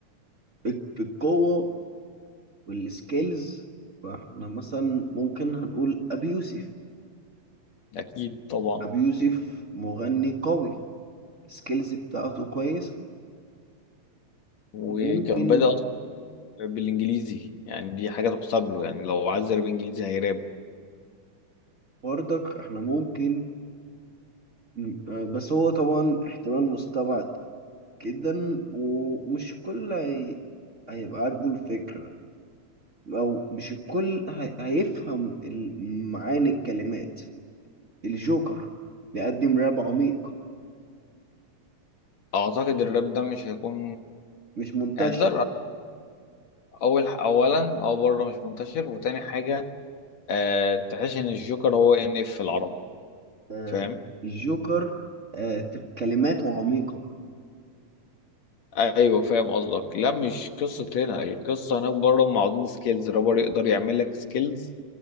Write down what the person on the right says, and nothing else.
بال- بالقوة والسكيلز فاحنا مثلا ممكن هنقول ابي يوسف
ابي يوسف مغني قوي السكيلز بتاعته كويسة
ممكن
برضك احنا ممكن مم. آه، بس هو طبعا احتمال مستبعد جدا ومش الكل هي... هيبقى عاجبه الفكرة أو مش الكل هي... هيفهم ال- معاني الكلمات الجوكر بيقدم راب عميق
مش منتشر
آه،
الجوكر آه، ت- كلماته عميقة